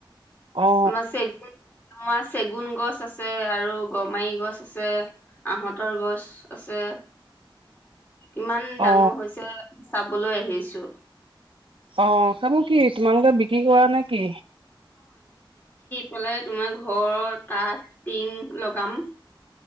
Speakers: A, on the right; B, on the left.
A: অ
B: তোমাৰ চে। আমাৰ চেগুন গছ আছে আৰু গমাৰি গছ আছে আহঁতৰ গছ আছে। কিমান
A: অ
B: ডাঙৰ
A: অ
B: হৈছে। চাবলৈ আহিছোঁ।
A: অ খাব। কি তোমালোকে বিক্ৰী কৰা নে কি।
B: কলে তোমাৰ ঘৰৰ কাঠ টিং লগাম।